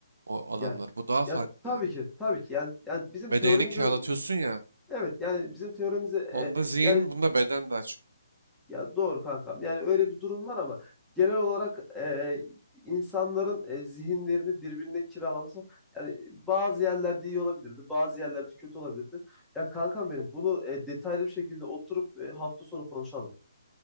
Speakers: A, on the right; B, in the centre.
A: O
B: yani
A: adamlar. Bu daha
B: ya
A: farklı
B: tabii
A: yani.
B: ki tabii ki yani, yani bizim
A: Bedenini
B: teorimize
A: kiralatıyorsun ya.
B: evet yani bizim teorimize e,
A: Onda zihin,
B: yani
A: bunda beden daha çok.
B: Ya doğru kankam. Yani öyle bir durum var ama genel olarak e, insanların e, zihinlerini birbirine kiralaması yani bazı yerlerde iyi olabilirdi, bazı yerlerde kötü olabilirdi. Ya kankam benim bunu e, detaylı bir şekilde oturup e, hafta sonu konuşalım.